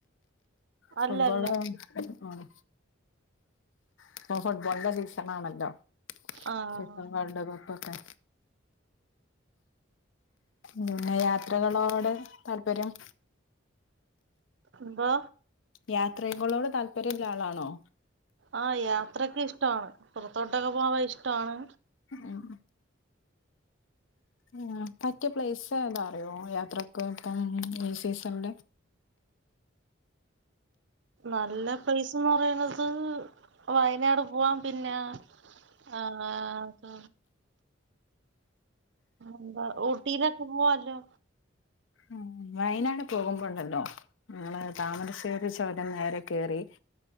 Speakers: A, on the right; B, on the left.
A: അല്ലല്ല
B: ഫുട്ബോൾ ആ ഇഷ്ടം ആണ് ഇപ്പൊ ഫുട്ബോളിന്റെ സീസണാണല്ലോ
A: ആഹ്
B: ഫിഫ വേൾഡ് കപ്പൊക്കെ പിന്നെ യാത്രകളോട് താല്പര്യം
A: എന്തോ?
B: യാത്രകളോട് താല്പര്യമുള്ള ആളാണോ?
A: ആഹ് യാത്രയൊക്കെ ഇഷ്ടമാണ്. പുറത്തോട്ടൊക്കെ പോവാൻ ഇഷ്ടമാണ്.
B: ഉം ഉം പറ്റിയ പ്ലേസ് ഏതാ അറിയോ? യാത്രക്കൊക്കെ ഇപ്പം ഈ സീസണില്
A: നല്ല പ്ലേസ് ന്ന് പറയുന്നത് വയനാട് പോവാൻ പിന്നാ ആഹ് അത് എന്താ ഊട്ടീലൊക്കേ പോവാല്ലോ
B: ഉം വയനാട് പോകുമ്പോണ്ടല്ലോ ങ്ങളെ താമരശ്ശേരി ത് ചൊരം നേരെ കേറി